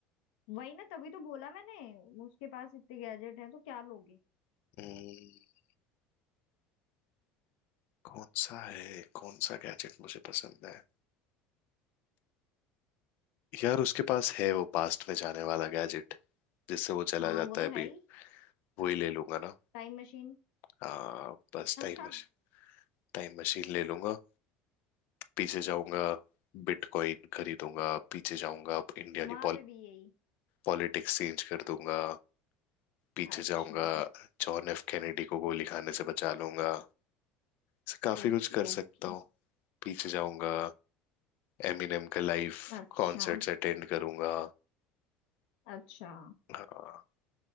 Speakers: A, on the left; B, on the left.
A: वही ना तभी तो बोला मैंने उसके पास इतने गैजेट हैं तो क्या लोगे
B: हम्म, कौन सा है कौन सा गैजेट मुझे पसंद है यार उसके पास है वो पास्ट में जाने वाला गैजेट जिससे वो चला
A: हाँ
B: जाता
A: वो तो
B: है अभी
A: है ही
B: वो ही ले लूंगा ना
A: Time machine
B: हाँ बस टाइम
A: अच्छा
B: मशीन टाइम मशीन ले लूंगा पीछे जाऊंगा बिटकॉइन खरीदूंगा पीछे जाऊंगा अब इंडिया की
A: वहां पे भी यही
B: पॉलिटिक्स चेंज कर दूंगा पीछे
A: अच्छा
B: जाऊंगा जॉन एफ कैनेडी को गोली खाने से बचा लूंगा ऐसे काफी
A: Okay
B: कुछ कर
A: okay
B: सकता हूँ पीछे जाऊंगा एमिनेम का लाइव
A: अच्छा
B: कॉन्सर्ट्स अटेंड करूंगा
A: अच्छा
B: हाँ,